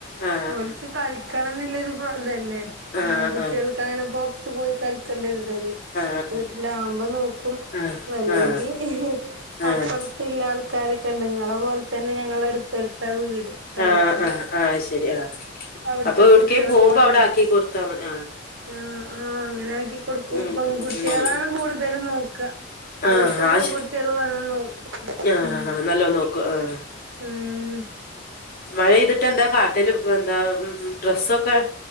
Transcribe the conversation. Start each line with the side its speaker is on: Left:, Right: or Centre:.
Left: ആഹ്
Right: ഓൽക്ക്‌ കളിക്ക എന്നുള്ള ഒര് ഇപ്പം ഇതല്ലേ
Left: ആഹ്
Right: ആൺകുട്ടികൾക്ക്
Left: ആഹ്
Right: അങ്ങനെ പൊറത്ത് പോയി കളിക്കേണ്ട ഒര് ഇതല്ലേ
Left: ആഹ്
Right: വീട്ടില് ആകുമ്പം നോക്കും
Left: ആഹ്
Right: അല്ലെങ്കി
Left: ആഹ് ആഹ് ആഹ്
Right: അപ്പുറത്തുള്ള
Left: ആഹ് ആഹ്
Right: ആൾക്കാരൊ ബന്ധങ്ങളെ പോലെ തന്നെ ഞങ്ങള് അടുത്തടുത്താ വീട് തറവാടൊക്കെ
Left: ആഹ് ആഹ് ആഹ് ശരി ആഹ്
Right: അവിടുത്തെ
Left: അപ്പൊ എവിടേക്കും
Right: കുട്ടികളൊക്കെ
Left: പോകുമ്പോ
Right: വന്നു
Left: അവിടെ ആക്കി കൊടുത്താൽ മതി ആഹ്
Right: ആഹ് ആഹ് അങ്ങനെ ആക്കി കൊടുക്കും
Left: ഉം
Right: പെൺകുട്ടികളാണ്
Left: ഉം ഉം ഉം
Right: കൂടുതലും നോക്കുക അവിടുത്തെ
Left: ആഹ്
Right: പെൺകുട്ടികൾ
Left: അത് ശ
Right: വന്ന് നോക്കും
Left: ആഹ്
Right: ഉം
Left: നല്ലോന്ന് നോക്കും ആഹ്
Right: ഉം
Left: മഴെയ്തിട്ട് എന്താ കാട്ടില് എന്താ ഉം ഉം ഡ്രസ്സൊക്കെ